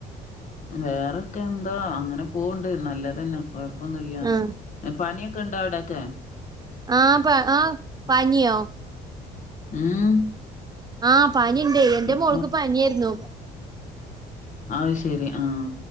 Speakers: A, on the left (about 45°); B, on the right (about 25°).
A: വേറെൊക്കെ എന്താ അങ്ങനെ പൂവണ്ട് നല്ലതന്നെ കൊഴപ്പൊന്നുമല്ല
B: ആഹ്
A: പനിയൊക്കെ ഇണ്ടാവ ഇവിടയൊക്കെ
B: ആഹ പ ആ പനിയോ
A: ഉം
B: ആഹ പനിണ്ടെയേ എന്റെ
A: ഇപ്പൊ
B: മോൾക്ക് പനിയേയിരുന്നു
A: അഹ് ശെരി ആഹ